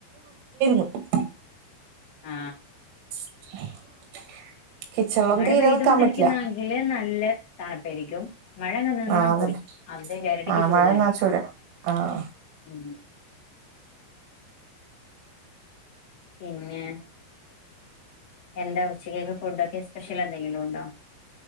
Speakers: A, on the right; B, on the left.
A: <inaudible> <inaudible>
B: ആ
A: <inaudible>
B: മഴ
A: തീരെ
B: പെയ്തുകൊണ്ടിരിക്കുന്ന
A: നിക്കാൻ പറ്റില്ല
B: കണ്ടില്ല് നല്ല തണുപ്പരിക്കും മഴ നനഞ്ഞ
A: ആഹ് അതന്നെ
B: പോയി അതിന്റെ ഇരട്ടിക്ക്
A: ആഹ്
B: ചൂട്
A: മഴ
B: വരും
A: നന ചൂട് ആഹ്
B: ഉ പിന്നെ എന്താ ഉച്ചക്കൊക്കെ ഫുഡൊക്കെ സ്പെഷ്യൽ എന്തെങ്കിലും ഉണ്ടോ